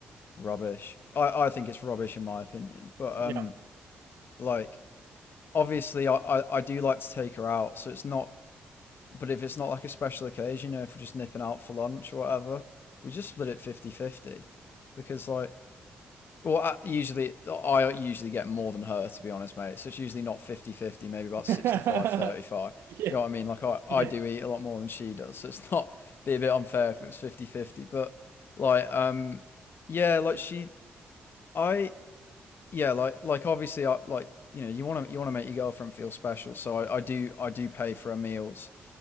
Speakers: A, on the left (about 60°); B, on the right (about 80°).
A: rubbish. I I think it's rubbish in my opinion, but
B: Yeah.
A: um like obviously I I, I do like to take her out, so it's not. But if it's not like a special occasion, you know, if we're just nipping out for lunch or whatever, we just split it fifty fifty because like well, I, usually I usually get more than her to be honest, mate. So it's usually not fifty-fifty. maybe about
B: <laughs>
A: sixty-five, thirty-five. Do
B: Yeah.
A: you know what I mean? Like I,
B: Yeah.
A: I do eat a lot more than she does, so it's <laughs> not be a bit unfair if it was fifty-fifty. But like um yeah, like she I yeah, like like obviously I like you know, you want to you want to make your girlfriend feel special, so I, I do I do pay for her meals.